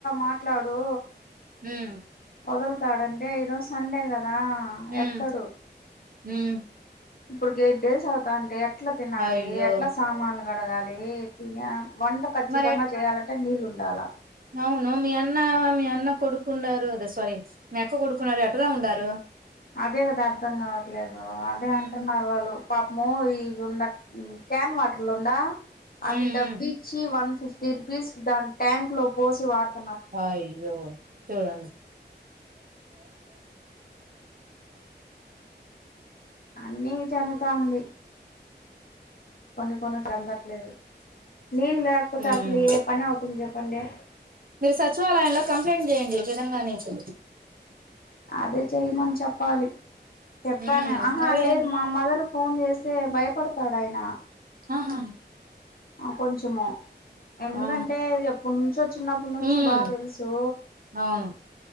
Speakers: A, on the left; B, on the right.
A: మాట్లాడు
B: ఉం
A: వదులుతాడంటే ఈరోజు సండే కదా
B: ఉమ్
A: ఎత్తడు
B: ఉమ్
A: ఇప్పుడుకి ఎయిట్ డేస్ అవుతా అంటే ఎట్లా తినాలి
B: అయ్యో
A: ఎట్లా సామానులు గడగాలి తిన వంట ఖచ్చితంగా
B: మరి ఎట్
A: చేయాలంటే నీళ్ళు ఉండాలా
B: అవును మీ అన్న మీ అన్న కొడుకున్నారు అదే సారీ మీ అక్క కొడుకున్నారు ఎటదా ఉండారు
A: అదే కదా అర్ధం కావట్లేదు అదే అంటున్నారు
B: ఉమ్
A: వాళ్ళు పాప మో ఇ ఉండ క్యాన్ వాటర్ లో ఉండ అవి
B: ఉమ్
A: డబ్బిచ్చి
B: ఉమ్
A: వన్ ఫిఫ్టీ తీర్పిసి దాని ట్యాంక్ లో పోసి వాడత
B: అ య్యో చూడండి
A: అన్నీ చనుతంది. కొన్ని కొన్ని చెందట్లేదు నీళ్ళ లేకపోతే
B: ఉమ్
A: అసలు ఏ పని అవుతుంది చెప్పండి
B: మీరు సచివాలయంలో కంప్లైంట్ చేయండి విధంగా అనేసి
A: అదే చెయ్యమని చెప్పాలి చెప్పాను
B: ఉమ్
A: ఆహా
B: మరే
A: లేదు మా మదర్ ఫోన్ చేస్తే భయపడతాడు ఆయన
B: ఆహా
A: కొంచము ఎందుకంటే
B: ఆ
A: ఎప్పునుంచో చిన్నపటినుంచి
B: ఉమ్
A: బాగా తెలుసు
B: అవును